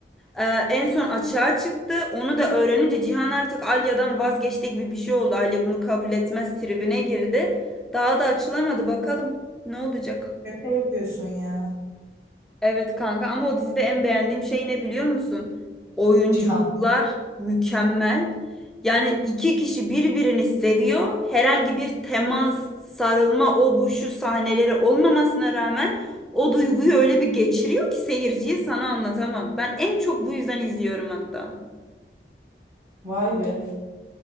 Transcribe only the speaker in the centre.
Ee, en son açığa çıktı. Onu da öğrenince Cihan artık Alya'dan vazgeçti gibi bir şey oldu. Alya bunu kabul etmez tribine girdi. Daha da açılamadı. Bakalım ne olacak?
Evet kanka ama o dizide en beğendiğim şey ne biliyor musun? Oyunculuklar
mükemmel. Yani iki kişi birbirini seviyor. Herhangi bir temas, sarılma, o bu şu sahneleri olmamasına rağmen o duyguyu öyle bir geçiriyor ki seyirciye sana anlatamam. Ben en çok bu yüzden izliyorum hatta.